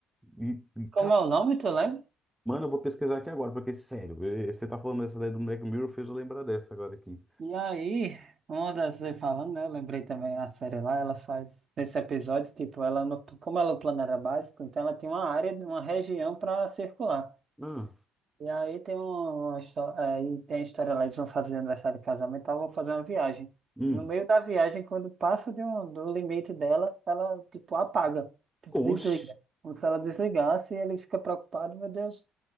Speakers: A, in the centre; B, on the right.
A: E, e,
B: Como é o nome, tu lembra?
A: Mano, eu vou pesquisar aqui agora, porque, sério, eh, você tá falando dessa daí do Black Mirror, fez eu lembrar dessa agora aqui.
B: E aí, uma das você falando, né? Eu lembrei também a série lá, ela faz nesse episódio, tipo, ela no- como ela é o plano era básico, então ela tem uma área, uma região para circular.
A: Ah,
B: E aí tem um, uma, história, aí tem a história lá, eles vão fazer aniversário de casamento, tá? vão fazer uma viagem.
A: hum.
B: No meio da viagem, quando passa de um, do limite dela, ela tipo apaga, tipo
A: Oxi.
B: desliga. Como se ela desligasse, ele fica preocupado, meu Deus,